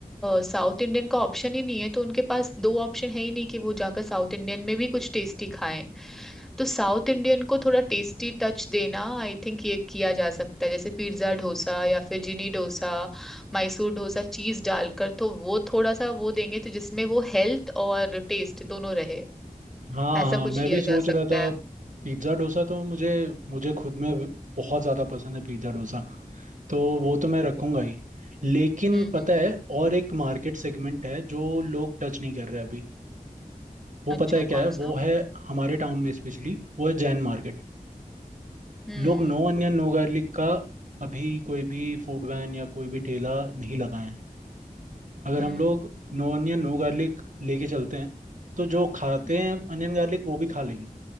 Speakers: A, in the centre; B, on the right (about 60°).
A: साउथ इंडियन का ऑप्शन ही नहीं है तो उनके पास दो ऑप्शन है ही नहीं कि वो जाकर साउथ इंडियन में भी कुछ टेस्टी खाएं तो साउथ इंडियन को थोड़ा टेस्टी टच देना आई थिंक ये किया जा सकता है जैसे पिज्ज़ा डोसा या फिर जिनी डोसा मैसूर डोसा चीज डालकर तो वो थोड़ा सा वो देंगे तो जिसमें वो हेल्थ और टेस्ट दोनों रहे
B: हाँ
A: ऐसा
B: हाँ
A: कुछ
B: मैं
A: किया
B: भी सोच
A: जा
B: रहा
A: सकता
B: था
A: है
B: पिज्ज़ा डोसा तो मुझे मुझे खुद में बहुत ज़्यादा पसंद है पिज्ज़ा डोसा तो वो तो मैं रखूंगा ही लेकिन
A: हम्म
B: पता
A: हम्म
B: है और एक मार्केट सेगमेंट है जो लोग टच नहीं कर रहे अभी वो
A: अच्छा
B: पता है क्या
A: कौन
B: है
A: सा
B: वो है हमारे टाउन में स्पेशली वो है जैन मार्केट
A: हम्म
B: लोग नो अनियन नो गार्लिक का अभी कोई भी फूड वैन या कोई भी ठेला नहीं लगाए हैं अगर
A: हम्म
B: हम लोग नो अनियन नो गार्लिक लेके चलते हैं तो जो खाते
A: हम्म
B: हैं अनियन गार्लिक वो भी खा लेंगे